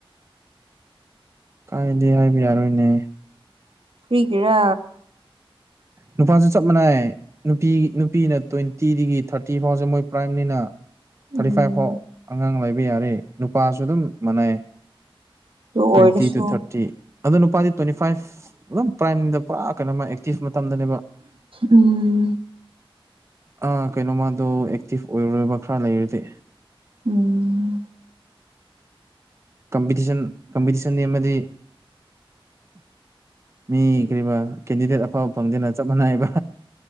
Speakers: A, on the right; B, on the right.
A: ꯀꯥꯏꯗꯤ ꯍꯥꯏꯕ ꯌꯥꯔꯣꯏꯅꯦ
B: ꯀꯔꯤꯒꯤꯔ
A: ꯅꯨꯄꯥꯁꯨ ꯆꯞ ꯃꯥꯟꯅꯩ ꯅꯨꯄꯤꯒꯤ ꯅꯨꯄꯤꯅ ꯇ꯭ꯋꯦꯟꯇꯤꯗꯒꯤ ꯊꯥꯔꯇꯤ ꯐꯥꯎꯁꯦ ꯃꯣꯏ ꯄ꯭ꯔꯥꯏꯝꯅꯤꯅ ꯊꯥꯔꯇꯤ
B: ꯎꯝ
A: ꯐꯥꯏꯚ ꯐꯥꯎ ꯑꯉꯥꯡ ꯂꯩꯕ ꯌꯥꯔꯦ ꯅꯨꯄꯥꯁꯨ ꯑꯗꯨꯝ ꯃꯥꯟꯅꯩ
B: ꯑꯗꯨ
A: ꯇ꯭ꯋꯦꯟꯇꯤ
B: ꯑꯣꯏꯔꯁꯨ
A: ꯇꯨ ꯊꯥꯔꯇꯤ ꯑꯗꯣ ꯅꯨꯄꯥꯗꯤ ꯇ꯭ꯋꯦꯟꯇꯤ ꯐꯥꯏꯚ ꯑꯗꯨꯝ ꯄ꯭ꯔꯥꯏꯝꯗ ꯄꯨꯔꯥ ꯀꯩꯅꯣꯃ ꯑꯦꯛꯇꯤ ꯇꯝꯗꯅꯦꯕ
B: ꯎꯝ
A: ꯑ ꯀꯩꯅꯣ ꯃꯗꯣ ꯑꯦꯛꯇꯤꯞ ꯑꯣꯏꯔꯣꯏꯕ ꯈꯔ ꯂꯩꯔꯗꯤ
B: ꯎꯝ
A: ꯀꯝꯄꯤꯇꯤꯁꯟ ꯀꯝꯄꯤꯇꯤꯁꯟ ꯅꯦꯝꯃꯗꯤ ꯃꯤ ꯀꯔꯤꯕ ꯀꯦꯟꯗꯤꯗꯦꯠ ꯑꯐꯕ ꯐꯪꯗꯦꯅ ꯆꯞ ꯃꯥꯟꯅꯩꯕ